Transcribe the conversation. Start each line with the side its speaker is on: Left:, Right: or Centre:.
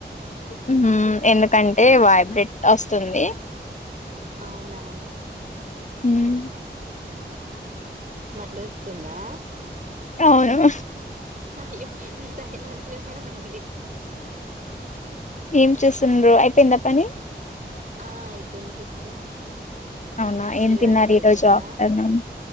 Left: హ్మ్ ఎందుకంటే వైబ్రెట్ వస్తుంది
Right: అవునా
Left: హ్మ్
Right: మళ్ళీ వస్తుందా
Left: అవును
Right: అయ్యో సైలెంట్లోనే ఉంది
Left: ఏం చూస్తుండ్రు అయిపోయిందా పని
Right: ఆ అయిపోయింది సిస్టర్
Left: అవునా ఏం
Right: మీ
Left: తిన్నారు
Right: వర్క్ అయిపోయిందా
Left: ఈ రోజు ఆఫ్టర్నూన్